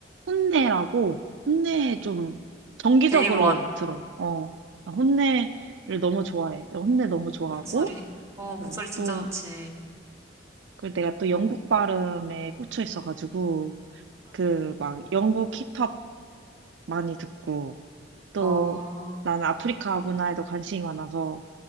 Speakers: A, on the right (about 80°); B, on the right (about 15°).
A: 혼내라고 혼내 좀 정기적으로
B: 데이원.
A: 들어. 어. 나 혼내를 너무 좋아해. 혼내 너무 좋아하고
B: 목소리. 어, 목소리
A: 어,
B: 진짜
A: 또,
B: 좋지.
A: 그 내가 또 영국 발음에 꽂혀 있어가지고, 그 막 영국 힙합 많이 듣고, 또
B: 어,
A: 나는 아프리카 문화에도 관심이 많아서,